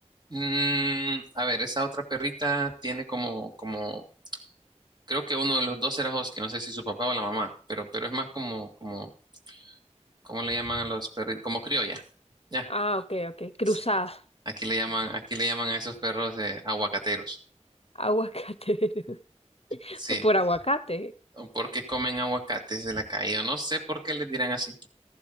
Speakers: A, on the right; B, on the left.
A: mm, a ver, esa otra perrita tiene como, como, creo que uno de los dos era Husky, no sé si su papá o la mamá, pero, pero es más como, como, ¿cómo le llaman a los perritos? Como criolla, ya.
B: Ah, ok, ok. Cruzada.
A: Sí. Aquí le llaman, aquí le llaman a esos perros eh, aguacateros.
B: Aguacate. <laughs>
A: Sí.
B: Por aguacate.
A: ¿O por qué comen aguacates de la calle? Yo no sé por qué les dirán así.